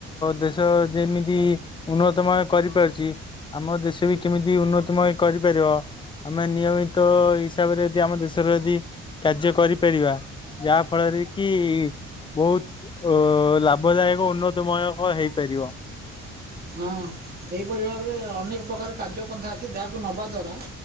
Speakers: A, on the left; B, on the right.
A: ଦେଶ ଯେମିତି ଉନ୍ନତମୟ କରିପାରୁଚି ଆମ ଦେଶ ବି କେମିତି ଉନ୍ନତମୟ କରିପାରିବ ଆମେ ନିୟମିତ ହିସାବରେ ଯଦି ଆମ ଦେଶ ଶର ଯଦି କାର୍ଯ୍ୟ କରିପାରିବା ଯାହାଫଳରେ କି ବୋହୁତ ଅ ଲାଭଦାୟକ ଉନ୍ନତମୟକ ହେଇପାରିବ।
B: ହଁ ଏଇପରି ଭାବରେ ଅନେକ ପ୍ରକାର କାର୍ଯ୍ୟ ପନ୍ଥା ଅଛି ଯାହାକୁ ନବା ଦ୍ଵାରା